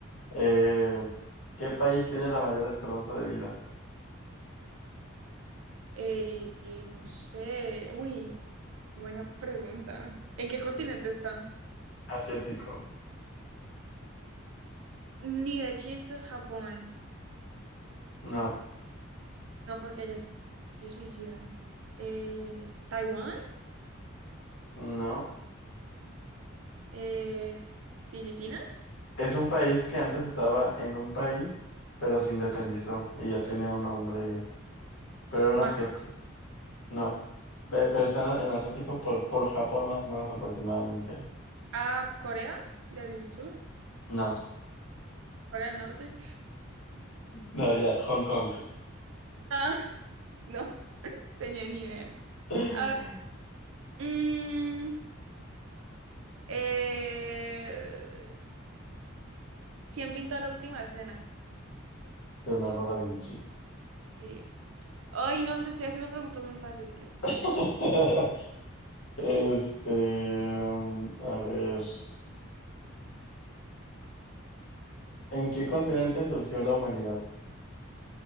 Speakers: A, on the left; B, on the right.
A: Eh, ¿qué país tiene la mayor esperanza de vida?
B: Eh, eh, no sé, uy, buena pregunta. ¿En qué continente está?
A: Asiático.
B: Ni de chistes Japón.
A: No,
B: No, porque allá se se suicidan. Eh, ¿Taiwán?
A: no.
B: Eh, ¿Filipinas?
A: Es un país que antes estaba en un país, pero se independizó y ya tiene un nombre. Pero era una
B: ¿Macao?
A: ciudad. No. Ve- Pero está en, en Asiático por, por Japón más o menos aproximadamente.
B: ¿A Corea del Sur?
A: No,
B: ¿Corea del Norte? <laughs>
A: no, ya, Hong Kong.
B: Ah, no. tenía ni idea.
A: <laughs>
B: A ver, mm, eh, ¿quién pintó la última cena?
A: Leonardo da Vinci.
B: Sí. Ay, no, te estoy haciendo preguntas muy fáciles.
A: <laughs> Este, a ver, ¿en qué continente surgió la humanidad?